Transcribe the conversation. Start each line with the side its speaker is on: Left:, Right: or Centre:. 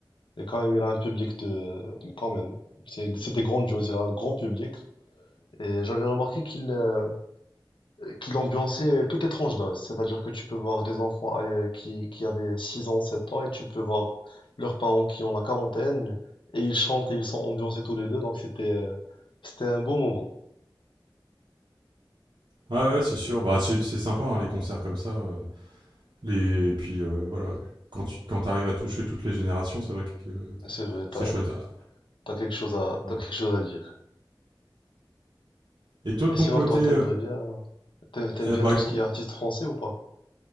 Left: Et quand même, il a un public de, quand même, c'est- c'était grandiose. Il a un grand public et j'avais remarqué qu'il euh, qu'il ambiançait toutes les tranches d'âge. C'est-à-dire que tu peux voir des enfants euh, qui qui avaient 6 ans, sept ans et tu peux voir leurs parents qui ont la quarantaine et ils chantent et ils sont ambiancés tous les deux. Donc c'était euh, c'était un beau moment.
Right: Ah ouais, c'est sûr. Bah, c'est c'est sympa, hein, les concerts comme ça. euh, Les... Et puis, euh, voilà, quand tu quand t'arrives à toucher toutes les générations, c'est vrai que euh,
Left: Ah, C'est vrai, t'as,
Right: c'est chouette. Ah,
Left: t'as quelque chose à,
Right: ouais.
Left: t'as quelque chose à dire.
Right: Et toi, de
Left: Et
Right: ton
Left: sinon,
Right: côté,
Left: toi,
Right: euh,
Left: t'aimerais bien, t'a- t'aimes
Right: eh
Left: bien
Right: bah,
Left: tout
Right: écou-
Left: ce qui est artiste français ou pas?